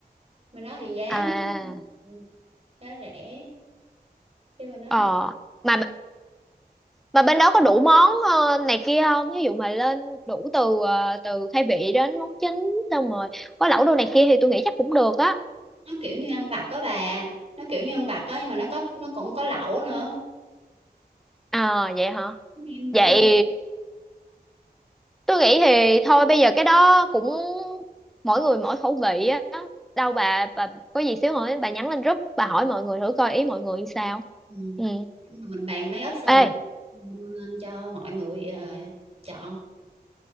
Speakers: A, on the right (about 35°); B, in the centre.
A: bên đó thì giá
B: à
A: nó, nó rẻ chứ bên đó
B: ờ
A: thì
B: mà Mà bên đó có đủ món ờ, này kia không? Ví dụ mà lên đủ từ ờ, từ khai vị đến món chính xong rồi có lẩu đồ này kia thì tôi nghĩ chắc cũng được á.
A: nó kiểu như ăn vặt đó bà nó kiểu như ăn vặt đó nhưng mà nó có nó cũng có lẩu nữa
B: À vậy hả?
A: nem
B: Vậy
A: chua
B: tôi nghĩ thì thôi bây giờ cái đó cũng mỗi người mỗi khẩu vị á. Đâu bà bà có gì xíu hỏi bà nhắn lên group bà hỏi mọi người thử coi ý mọi người sao.
A: ừ.
B: Ừ.
A: mình bàn mấy option
B: Ê
A: đưa lên cho mọi người ờ, chọn